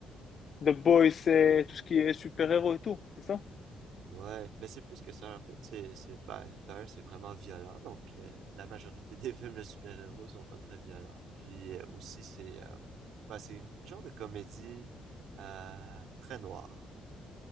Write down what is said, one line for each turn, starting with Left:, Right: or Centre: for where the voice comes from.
Left: The Boys, c'est tout ce qui est super-héros et tout, c'est ça?
Right: Ouais, mais c'est plus que ça, en fait, c'est, c'est, ben, d'ailleurs, c'est vraiment violent, donc euh, la majorité <laughs> des films de super-héros sont pas très violents, puis euh, aussi, c'est, euh, ben, c'est une genre de comédie euh, très noire,